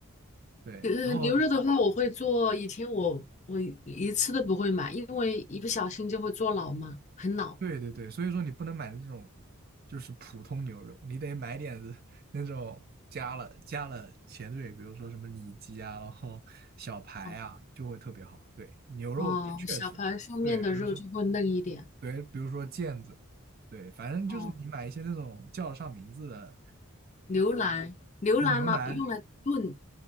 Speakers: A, on the right; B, on the left.
A: 对，
B: 呃，
A: 然后
B: 牛肉的话，我会做。以前我我一次都不会买，因为一不小心就会做老嘛，很老。
A: 对对对，所以说你不能买这种就是普通牛肉，你得买点子那种加了加了前缀，比如说什么里脊啊，然后小排啊，
B: 哦
A: 就会特别好，对，牛肉确实。
B: 哦，小排上面的肉就会嫩一点。
A: 对，比如说，对，比如说毽子，对，反正就是你买一些那种叫得上名字的，
B: 哦，牛腩，牛腩拿用来炖，
A: 就是牛腩，